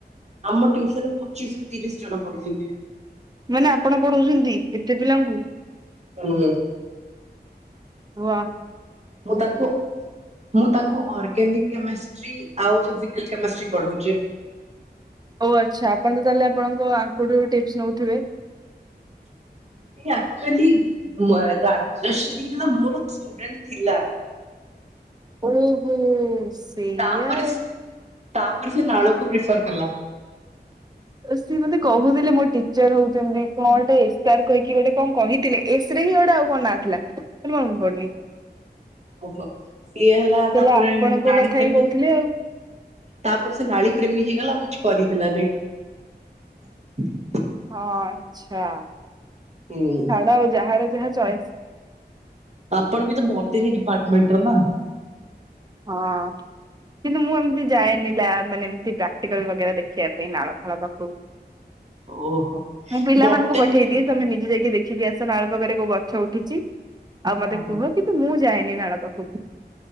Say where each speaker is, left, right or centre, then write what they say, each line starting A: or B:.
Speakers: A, on the right (about 40°); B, on the right (about 25°).
A: ଆମ ଟିଉସନ ରେ ପଚିଶ ରୁ ତିରିଶ ଜଣ ପଢିଛନ୍ତି।
B: ମାନେ ଆପଣ ପଢଉଛନ୍ତି? ଏ ତେପିଲା ଙ୍କୁ
A: ହୁଁ
B: ହ।
A: ମୁଁ ତାଙ୍କୁ ମୁଁ ତାଙ୍କୁ ଅର୍ଗାନିକ କେମେଷ୍ଟ୍ରି ଆଉ ଫିଜିକାଲ କେମେଷ୍ଟ୍ରି ପଢଉଛି।
B: ଓ ଆଚ୍ଛା ଆପଣ ତ ତାହେଲେ ଆପଣଙ୍କ ଆଙ୍କଠୁ ଟିପସ ନଉଥିବେ
A: ଅକ୍ଚୁଲି ରାଜଶ୍ରୀ ହେଲା ମୋର ଷ୍ଟୁଡେଣ୍ଟ ଥିଲା।
B: ଓହୋ। ସେଇୟା
A: ତାପରେ
B: ଆଉ
A: ତାପରେ ସେ ନାଳୁକୁ ପ୍ରିଫର କଲା
B: ସିଏ ମୋତେ କହୁଥିଲେ ମୋ ଟିଚର ହଉଛନ୍ତି କଣ ଗୋଟେ ଏସ କହିକି ଗୋଟେ କଣ କହିଥିଲେ ଏସ ରେ ହିଁ ଗୋଟେ ଆଉ କଣ ନାଁ ଥିଲା। ମୋର ମନେ ପଡୁନି
A: ଓହୋ ଓହୋ ସିଏ ହେଲା
B: ତାହେଲେ
A: ତାପରେ
B: ଆପଣଙ୍କ
A: ନାଳୀ
B: କଥା
A: ପ୍ରେମୀ
B: ହିଁ କହୁଥିଲେ ଆଉ।
A: ତାପରେ ସେ ନାଳୀ ପ୍ରେମୀ ହେଇଗଲା ଆଉ କିଛି କରିହଲାନାଇଁ। <unintelligible>
B: ହଁ ଆଛା।
A: ହୁଁ।
B: ଛାଡ ଆଉ ଯାହାର ଯାହା ଚଏସ୍
A: ଆପଣ ବି ତ ବୋଟନି ଡିପାର୍ଟମେଟର ନା?
B: ହଁ। କିନ୍ତୁ ମୁଁ ଏମିତି ଯାଏନି ଲା ମାନେ ପ୍ରାକ୍ଟିକାଲ ଲଗେବା ଦେଖିବା ପାଇଁ ନାଳ ଫାଲ ପାଖକୁ
A: ଓହୋ
B: ମୁଁ ପିଲାମାନଙ୍କୁ
A: ବୋଟାନି
B: ପଠେଇଦିଏ ତମେ ନିଜେ ଯାଇକି ଦେଖିକି ଆସ ନାଳପାଖରେ କୋଉ ଗଛ ଉଠିଛି। ଆଉ
A: ହଁ
B: ମତେ କୁହ
A: ହଁ
B: କିନ୍ତୁ ମୁଁ ଯାଏନି। ନାଳ ପାଖକୁ